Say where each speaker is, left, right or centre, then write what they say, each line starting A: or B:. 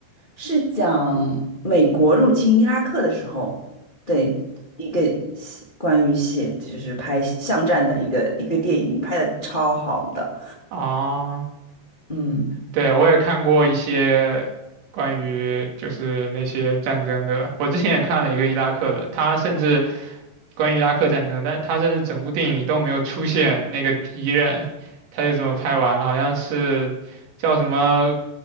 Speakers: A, on the left; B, on the right.
A: 是讲美国入侵伊拉克的时候，对，一个写关于写就是拍巷战的一个一个电影，拍的超好的，
B: 啊。
A: 嗯。
B: 对，我也看过一些关于就是那些战争的，我之前也看了一个伊拉克的，他甚至关于伊拉克战争，但他甚至整部电影里都没有出现那个敌人，他就这么拍完了，好像是叫什么